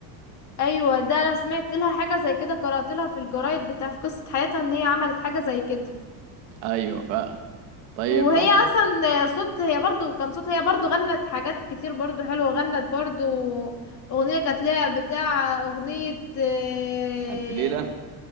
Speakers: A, on the left (about 35°); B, on the right (about 70°).
A: ايوه ده انا سمعت لها حاجه زي كده قرات لها في الجرايد بتاع في قصه حياتها ان هي عملت حاجه زي كده
B: ايوه فعلا طيب
A: وهي
B: ممكن
A: اصلا صوت هي برضو كان صوت هي برضو غنت حاجات كتير برضو حلوة غنت برضو اغنية كانت لها بتاع اغنية اه
B: الف ليله